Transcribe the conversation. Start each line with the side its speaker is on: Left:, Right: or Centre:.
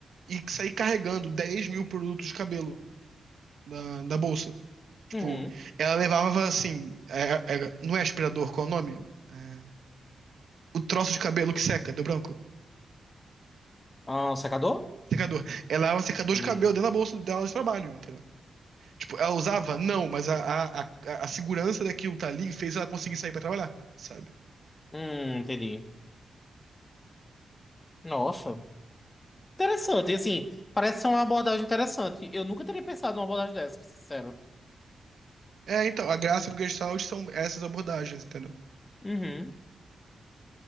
Right: e sair carregando 10 mil produtos de cabelo da, da bolsa. Tipo,
Left: uhum.
Right: ela levava, assim, é- é- não é aspirador, qual é o nome? É, o troço de cabelo que seca, do branco.
Left: Ah, secador?
Right: Secador. Ela é um secador
Left: Hum,
Right: de cabelo dentro da bolsa dela de trabalho, entendeu? Tipo, ela usava? Não, mas a, a, a, a segurança daquilo tá ali fez ela conseguir sair pra trabalhar, sabe?
Left: hum, entendi. Nossa. Interessante, e assim, parece ser uma abordagem interessante. Eu nunca teria pensado numa abordagem dessa, pra ser sincero.
Right: É, então, a graça do Gestalt são essas abordagens, entendeu?
Left: Uhum.